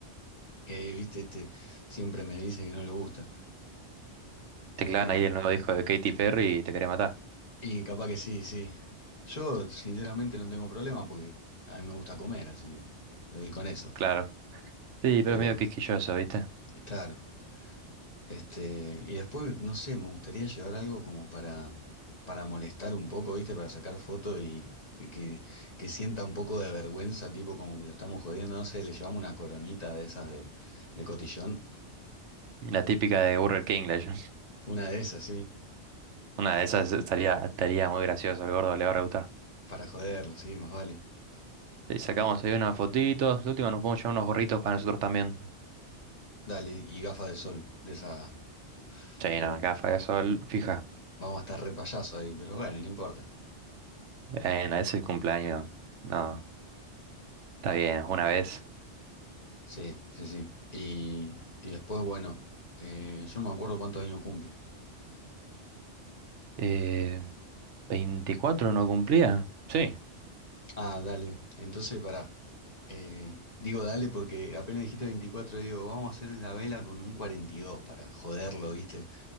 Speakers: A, on the left; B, on the right.
A: que, viste, este siempre me dice que no le gusta.
B: Teclan
A: Eh,
B: ahí el nuevo disco de Katy Perry y te quería matar.
A: y capaz que sí, sí. Yo sinceramente no tengo problema porque a mí me gusta comer, así que te doy con eso.
B: Claro. Sí, pero
A: Pero,
B: es medio quisquilloso, ¿viste?
A: claro. Este, y después, no sé, me gustaría llevar algo como para, para molestar un poco, ¿viste? Para sacar foto y, y que, que sienta un poco de vergüenza, tipo como que lo estamos jodiendo, no sé, le llevamos una coronita de esas de, de cotillón.
B: La típica de Burger King, le- <laughs>
A: Una de esas, sí,
B: Una de esas estaría, estaría muy gracioso, el gordo le va a rebutar.
A: para joderlo, sí, más vale.
B: Sí, sacamos ahí unas fotitos. De última nos podemos llevar unos gorritos para nosotros también.
A: Dale, y gafas de sol, de esa.
B: Sí,
A: Oh,
B: no, gafa
A: va-
B: de sol, fija.
A: vamos a estar re payaso ahí, pero bueno, no importa.
B: Bueno, es el cumpleaños. No, está bien, una vez.
A: Sí, sí, sí. Y, y después, bueno, eh, yo no me acuerdo cuántos años cumple.
B: Eh, 24 no cumplía. Sí.
A: Ah, dale. Entonces, pará. Eh, digo dale porque apenas dijiste 24 digo, vamos a hacerle la vela con un 42 para joderlo, ¿viste?